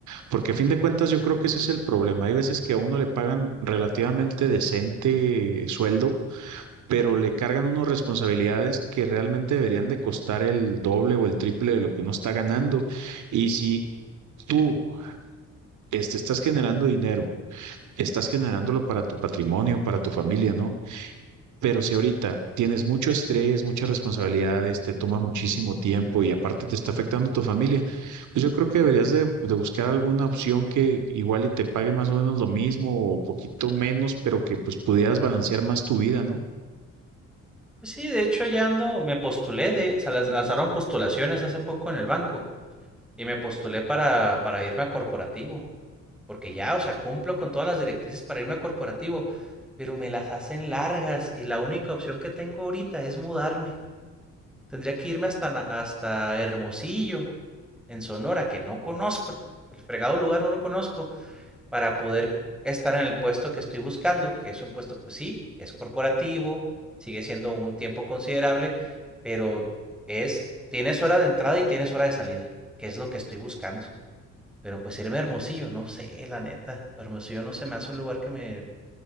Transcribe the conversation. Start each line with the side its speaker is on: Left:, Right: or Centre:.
Right: Porque a fin de cuentas yo creo que ese es el problema. Hay veces que a uno le pagan relativamente decente eh, sueldo, pero le cargan unos responsabilidades que realmente deberían de costar el doble o el triple de lo que uno está ganando. Y si tú este, estás generando dinero, estás generándolo para tu patrimonio, para tu familia, ¿no? Pero si ahorita tienes mucho estrés, muchas responsabilidades, te toma muchísimo tiempo y aparte te está afectando tu familia, pues yo creo que deberías de, de buscar alguna opción que igual y te pague más o menos lo mismo o poquito menos, pero que pues pudieras balancear más tu vida, ¿no?
Centre: Pues sí, de hecho ya ando, me postulé de, se lanz- lanzaron postulaciones hace poco en el banco y me postulé para, para irme a corporativo, porque ya, o sea, cumplo con todas las directrices para irme a corporativo, pero me las hacen largas y la única opción que tengo ahorita es mudarme. Tendría que irme hasta, Na- hasta Hermosillo, en Sonora, que no conozco, el- el fregado lugar no lo conozco, para poder estar en el puesto que estoy buscando, que es un puesto, pues sí, es corporativo, sigue siendo un tiempo considerable, pero es, tienes hora de entrada y tienes hora de salida, que es lo que estoy buscando. Pero pues irme a Hermosillo, no sé, la neta. Hermosillo no se me hace un lugar que me,